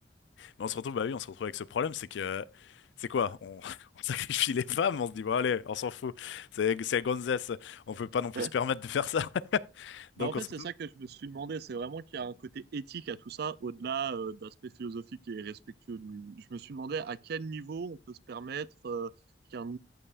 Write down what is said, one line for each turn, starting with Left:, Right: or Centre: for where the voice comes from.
Left: Mais on se retrouve, bah oui, on se retrouve avec ce problème, c'est que c'est quoi? On, <laughs> on sacrifie les femmes, on se dit bon allez, on s'en fout, c'est c'est la gonzesse, on peut pas non plus
Right: <laughs>
Left: se permettre de faire ça. <laughs>
Right: Bah
Left: Donc
Right: en fait,
Left: on se
Right: c'est ça que je me suis demandé. C'est vraiment qu'il y a un côté éthique à tout ça, au-delà euh, d'aspect philosophique et respectueux du. Je me suis demandé à quel niveau on peut se permettre euh, qu'un